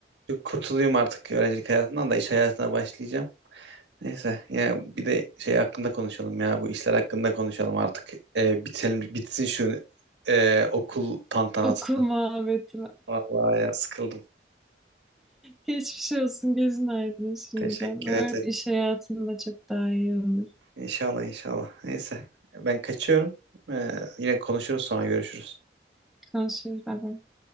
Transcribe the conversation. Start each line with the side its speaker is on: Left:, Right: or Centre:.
Right: kurtulayım artık öğrencilik hayatından da iş hayatına başlayacağım. Neyse ya bir de şey hakkında konuşalım ya bu işler hakkında konuşalım artık. Ee, bitelim bitsin şu e, okul tantanası.
Centre: <laughs> okul muhabbeti.
Right: Vallahi ya sıkıldım.
Centre: Geçmiş olsun. Gözün aydın şimdiden.
Right: Teşekkür
Centre: Umarım
Right: ederim.
Centre: iş hayatında çok daha iyi olur.
Right: İnşallah inşallah. Neyse ben kaçıyorum. Ee, yine konuşuruz sonra görüşürüz.
Centre: Konuşuruz. Bay bay.